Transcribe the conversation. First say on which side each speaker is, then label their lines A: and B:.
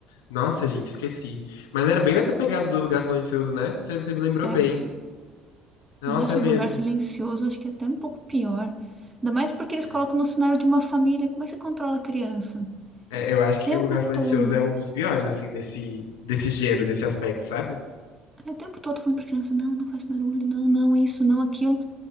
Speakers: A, on the left (about 85°); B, on the right (about 20°).
A: Nossa, gente, esqueci. Mas era bem nessa pegada do Lugar Silencioso, né? Você, você me lembrou
B: Era.
A: bem. Nossa,
B: Eles acham
A: é mesmo.
B: o lugar silencioso, acho que é até um pouco pior. Ainda mais porque eles
A: É.
B: colocam no cenário de uma família. Como é que você controla a criança?
A: É, eu acho
B: O tempo
A: que Um Lugar Silencioso
B: todo.
A: é um dos piores, assim, nesse, desse gênero, desse aspecto, sabe?
B: É, o tempo todo falando pra criança, não, não faz barulho, não, não, isso, não, aquilo.